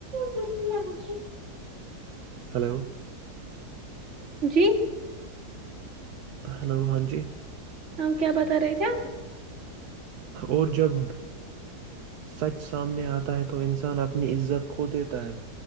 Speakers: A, on the right; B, on the right.
A: دوست مارا <unintelligible>
B: ہلو
A: جی
B: ہیلو ہاں جی
A: ہماں کیا بتا رہے تھے آپ
B: اور جب سچ <unintelligible> سامنے آتا ہے تو انسان اپنی عزت کھو دیتا ہے